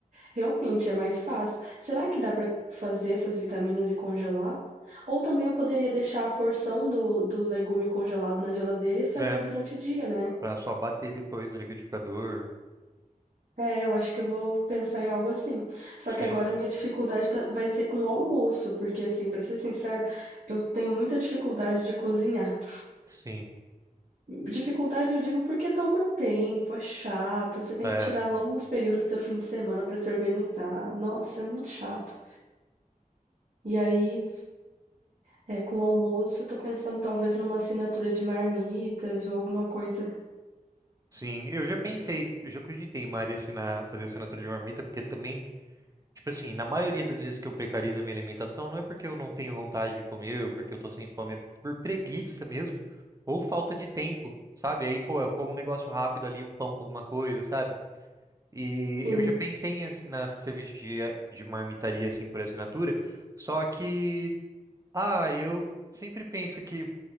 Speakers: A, on the right; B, on the right.
A: Realmente, é mais fácil. Será que dá para fazer essas vitaminas e congelar? Ou também eu poderia deixar a porção do, do legume congelado na geladeira e fazer
B: É,
A: durante o dia, né?
B: pra só bater depois no liquidificador.
A: É, eu acho que eu vou pensar em algo assim. Só
B: Sim,
A: que agora a minha dificuldade tá- vai ser com o almoço, porque assim, para ser sincera, eu tenho muita dificuldade de cozinhar.
B: sim.
A: Dificuldade eu digo porque toma tempo, é chato, você tem
B: É,
A: que tirar longos períodos do seu fim de semana pra se organizar. Nossa, é muito chato. E aí, é, com o almoço, eu tô pensando talvez numa assinatura de marmitas ou alguma coisa.
B: sim. Eu já pensei, eu já acreditei, em Mari assinar, fazer assinatura de marmita, porque também, tipo assim, na maioria das vezes que eu precarizo a minha alimentação, não é porque eu não tenho vontade de comer, ou porque eu tô sem fome, é por preguiça mesmo, ou falta de tempo, sabe? Aí, pô, eu como um negócio rápido ali, um pão com alguma coisa, sabe? E
A: Sim.
B: eu já pensei em assinar serviço de, de marmitaria, assim, por assinatura, só que. Ah, eu sempre penso que,